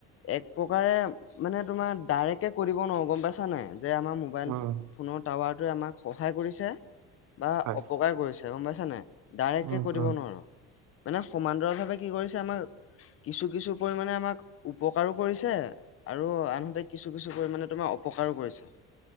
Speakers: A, on the left; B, on the right.
A: একপ্ৰকাৰে মানে তোমাৰ ডাইৰেক্টকে কৈ দিব নোৱাৰো গম পাইছা নে নাই, যে আমাৰ মোবাইল,
B: উম
A: ফোনৰ টাৱাৰটোৱে আমাক সহায় কৰিছে, বা
B: হয়
A: অপকাৰ কৰিছে, গম পাইছা নাই? ডাইৰেক্টকে
B: উম
A: কৈ
B: উম
A: দিব নোৱাৰো, মানে সমান্তৰাল ভাৱে কি কৰিছে আমাৰ কিছু কিছু পৰিমানে আমাক, উপকাৰো কৰিছে আৰু আনহাতে কিছো, কিছো পৰিমানে তোমাৰ অপকাৰো কৰিছে।